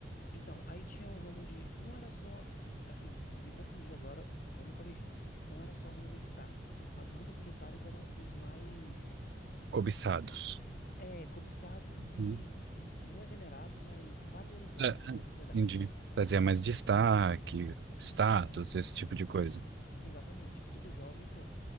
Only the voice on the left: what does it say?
Então, aí tinha o ramo de. Não era só. Assim, me confundi agora, vou me corrigir. Não era só ramo militar, mas os ramos militares eram os mais.
É, cobiçados e
não é venerados, mas valorizados
pela sociedade.
Isso,
exatamente. E todo jovem, pô,